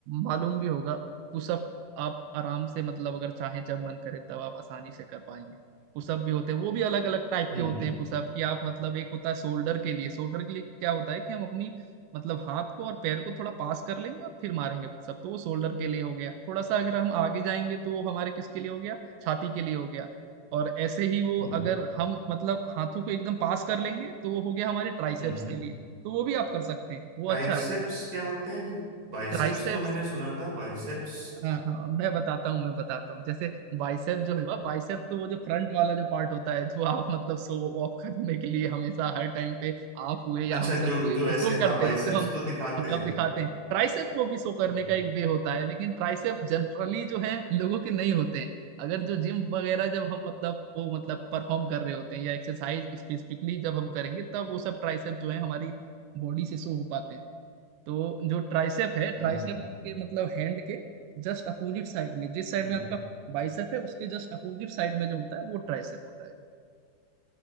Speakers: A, on the right; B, on the right.
A: मालूम भी होगा पुशअप आप आराम से मतलब अगर चाहें जब मन करे तब आप आसानी से कर पाएंगे पुशअप भी होते हैं वो भी अलग अलग टाइप
B: हम्म
A: के होते हैं पुशअप की आप मतलब एक होता है शोल्डर के लिए शोल्डर के लिए क्या होता है कि हम अपनी मतलब हाथ को और पैर को थोड़ा पास कर लेंगे और फिर मारेंगे पुशअप तो वो शोल्डर के लिए हो गया थोड़ा सा अगर हम आगे जाएंगे तो वो हमारे किसके लिए हो गया छाती के लिए हो गया और ऐसे ही वो
B: हम्म
A: अगर हम मतलब हाथों को एकदम पास कर लेंगे तो वो हो गया हमारे ट्राइसेप्स
B: हम्म
A: के लिए तो वो भी आप कर सकते हैं वो
B: ट्राइसेप्स
A: अच्छा है
B: क्या होते हैं जी बाइसेप्स
A: ट्राइसेप्स
B: तो मैंने सुना था बाइसेप्स
A: हाँ हाँ मैं बताता हूँ मैं बताता हूँ जैसे बाइसेप जो हुआ बाइसेप तो वो जो फ्रंट वाला जो पार्ट होता है जो आप मतलब शो ऑफ करने के लिए हमेशा हर टाइम पे आप हुए या
B: अच्छा
A: हम सब
B: जो
A: हुए
B: जो
A: तो
B: ऐसे
A: शो
B: हाँ
A: करते
B: बाइसेप्स
A: हैं जो हम
B: तो दिखाते
A: मतलब
B: हैं
A: दिखाते हैं ट्राइसेप को भी शो करने
B: हम्म
A: का एक वे होता है लेकिन ट्राइसेप जनरली जो है लोगों के नहीं होते हैं अगर जो जिम वगैरह जब हम मतलब वो मतलब परफॉर्म कर रहे होते हैं या एक्सरसाइज स्पेसिफिकली जब हम करेंगे तब वो सब ट्राइसेप जो है हमारी बॉडी से शो हो पाते हैं तो जो ट्राइसेप है
B: हम्म
A: ट्राइसेप आपके मतलब हैंड के जस्ट अपोजिट साइड में जिस साइड
B: हम्म।
A: में आपका बाइसेप है उसके जस्ट अपोजिट साइड में जो होता है वो ट्राइसेप होता है